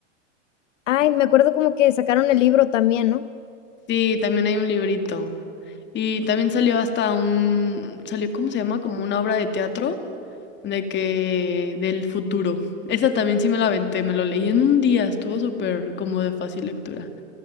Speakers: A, on the left; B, on the left.
A: Ay, me acuerdo como que sacaron el libro también, ¿no?
B: Sí, también hay un librito. Y también salió hasta un, salió, ¿cómo se llama? Como una obra de teatro de que del futuro. Esa también sí me la aventé, me lo leí en un día, estuvo súper como de fácil lectura.